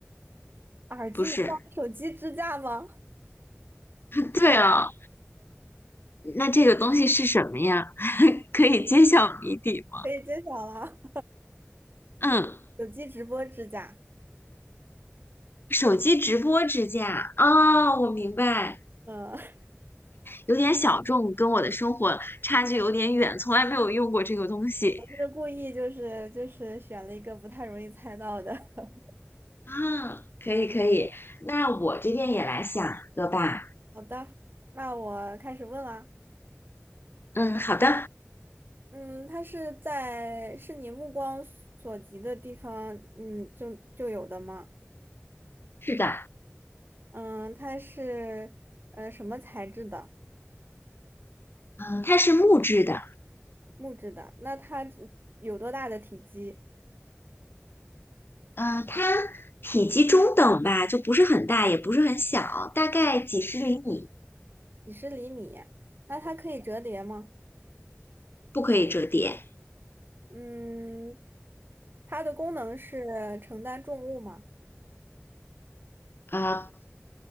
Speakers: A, on the right (about 50°); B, on the left (about 50°).
A: 耳机能当手机支架吗？
B: 不是。对哦，那这个东西是什么呀？<laughs> 可以揭晓谜底吗？
A: 可以揭晓了，
B: 嗯，
A: <laughs> 手机直播支架。
B: 手机直播支架。哦，我明白，
A: 嗯，<laughs>
B: 有点小众，跟我的生活差距有点远，从来没有用过这个东西。
A: 就是故意就是就是选了一个不太容易猜到的。<laughs>
B: 啊，可以可以，
A: 嗯，
B: 那我这边也来想一个吧。
A: 好的，那我开始问了。
B: 嗯，好的，
A: 嗯，它是在是你目光所及的地方，嗯，就就有的吗？
B: 是的，
A: 嗯，它是呃什么材质的？
B: 嗯，它是木质的，
A: 木质的。那它有多大的体积？
B: 嗯，它体积中等吧，就不是很大，也不是很小，大概几十厘米，
A: 几十厘米。那它可以折叠吗？
B: 不可以折叠，
A: 嗯，它的功能是承担重物吗？
B: 呃，